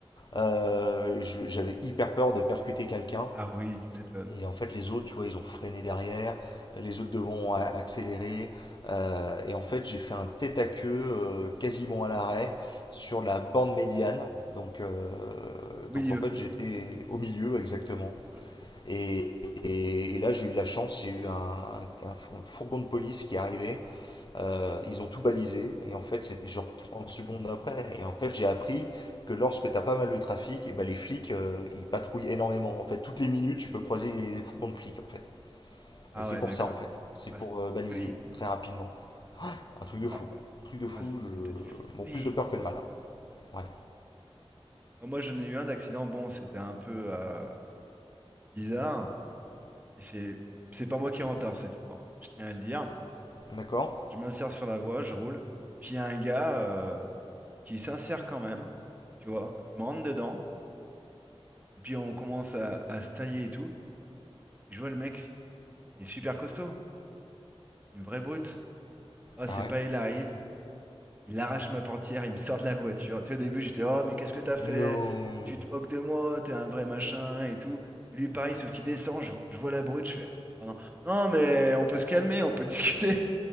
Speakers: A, on the left; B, on the right.
A: Euh, J'avais hyper peur de percuter quelqu'un.
B: Ah oui, tu m'étonnes.
A: Et en fait, les autres, tu vois, ils ont freiné derrière. Les autres devant ont accéléré. Euh, et en fait, j'ai fait un tête à queue euh, quasiment à l'arrêt sur la borne médiane. Donc, euh,
B: Au milieu.
A: donc en fait, j'étais au milieu exactement.
B: Oh là là.
A: Et, et- et là, j'ai eu de la chance. Il y a eu un, un- un fourgon de police qui est arrivé euh, ils ont tout balisé et en fait c'était genre 30 secondes après et en fait j'ai appris que lorsque t'as pas mal de trafic et ben les flics euh, ils patrouillent énormément en fait toutes les minutes tu peux croiser les fourgons de flics en fait
B: Ah
A: et c'est
B: ouais,
A: pour
B: d'accord.
A: ça en fait c'est
B: Ah,
A: pour
B: c'est
A: euh,
B: de la
A: baliser
B: folie.
A: très rapidement un truc de
B: Oh
A: fou
B: là là.
A: truc de fou
B: Ah, c'est
A: je
B: comme t'as dû flipper.
A: bon plus de peur que de mal hein. ouais
B: Ah, moi, j'en ai eu un d'accident. Bon, c'était un peu euh, bizarre. Et c'est, c'est pas moi qui est en retard cette fois. Je tiens à le dire.
A: d'accord
B: Je m'insère sur la voie, je roule. Puis il y a un gars euh, qui s'insère quand même, tu vois. Il me rentre dedans. Et puis on commence à, à se tailler et tout. Et je vois le mec, il est super costaud, une vraie brute. Ah,
A: ah
B: c'est
A: ouais
B: pas, il arrive, il arrache ma portière, il me sort de la voiture. Tu sais, au début, j'étais, oh, mais qu'est-ce que t'as fait?
A: non
B: Tu te moques de moi, t'es un vrai machin et tout. Et lui, pareil, sauf qu'il descend, je, vo- je vois la brute, je fais, oh non, non, mais on peut se calmer, on peut <laughs> discuter.